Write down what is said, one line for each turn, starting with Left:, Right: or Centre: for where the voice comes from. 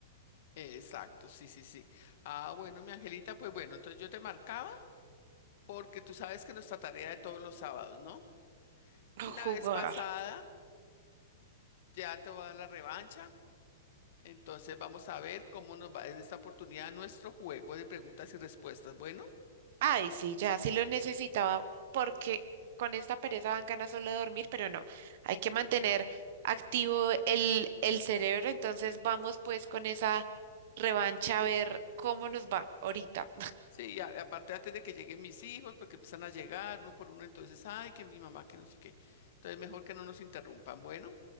Left: Exacto, sí, sí, sí. Ah, bueno, mi Angelita, pues bueno, entonces yo te marcaba porque tú sabes que nuestra tarea de todos los sábados, ¿no?
Right: <laughs>
Left: Y la
Right: o
Left: vez
Right: jugar.
Left: pasada ya te voy a dar la revancha, entonces vamos a ver cómo nos va en esta oportunidad nuestro juego de preguntas y respuestas. Bueno,
Right: Ay, sí, ya sí lo necesitaba porque con esta pereza dan ganas solo de dormir, pero no, hay que mantener activo el, el cerebro, entonces vamos pues con esa revancha a ver cómo nos va ahorita.
Left: sí, a- aparte antes de que lleguen mis hijos, porque empiezan a llegar uno por uno, entonces, ay, que mi mamá, que no sé qué. Entonces, mejor que no nos interrumpan. Bueno,